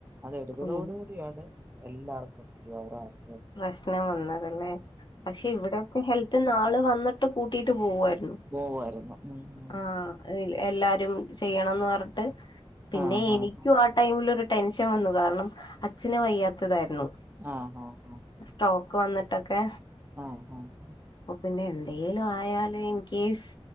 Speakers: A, on the right (about 20°); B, on the left (about 45°).
A: അതെടുത്തതോടുകൂടിയാണ്
B: ഉം
A: എല്ലാർക്കും <unintelligible>
B: പ്രശ്നം വന്നതല്ലേ പക്ഷെ ഇവിടൊക്കെ ഹെൽത്ത്ന്നാള് വന്നിട്ട് കൂട്ടിട്ട് പോവ്വായിരുന്നു
A: പോവായിരുന്നു ഉം ഉം
B: ആഹ് എല്ലാരും. ചെയ്യണംന്ന് പറഞ്ഞി ട്ട്പിന്നെ
A: ആഹ്
B: എനിക്കും
A: ആഹ്
B: ആ ടൈമിൽ ഒരു ടെൻഷൻ വന്നു കാരണം അച്ഛന് വയ്യാത്തതായിരുന്നു.
A: ആഹ് ആഹ്
B: സ്റ്റോക്ക് വന്നിട്ട് ട്ടൊക്കെ
A: ആഹ് ഹാ ഹ
B: പിന്നെ എന്തെലും ആയാൽ ഇൻ കേസ്